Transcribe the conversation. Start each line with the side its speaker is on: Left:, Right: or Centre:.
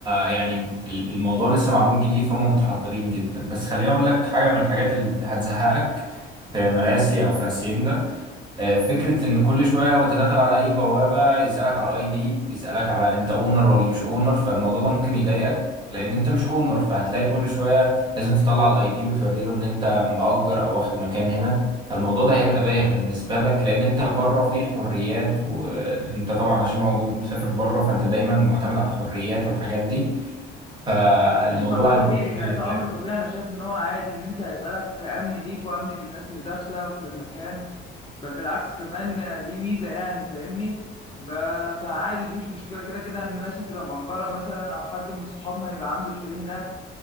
Right: يعني ال- الموضوع لسه معمول جديد فهم متحضرين جدا بس خليني اقول لك حاجه من الحاجات اللي هتزهقك في مراسي او في هاسيندا آه، فكرة إن كل شوية وأنت داخل على أي بوابة يسألك على الأي دي يسألك على أنت أونر ولا مش أونر فالموضوع ده ممكن يضايقك لأن أنت مش أونر فهتلاقي كل شوية لازم تطلع الأي دي وتوري له إن أنت مأجر أو واخد مكان هنا فالموضوع ده هيبقى بايخ بالنسبة لك لأن أنت بره فيه الحريات وأنت طبعا عشان موجود مسافر بره فأنت دايما معتمد على الحريات والحاجات دي فالموضوع
Left: ماشي ما ده طبيعي
Right: هيبقى مختلف
Left: يعني ده
Right: يعني
Left: امر طبيعي انا شايف ان هو عادي ان انت هيسألك امن ليك وامن للناس اللي داخلة في المكان بل بالعكس كمان دي ميزة يعني فاهمني ب- فعادي دي مش مشكلة كده كده ان الناس هتبقى مأجرة مثلا او حد من صحابنا هيبقى عنده شاليه هناك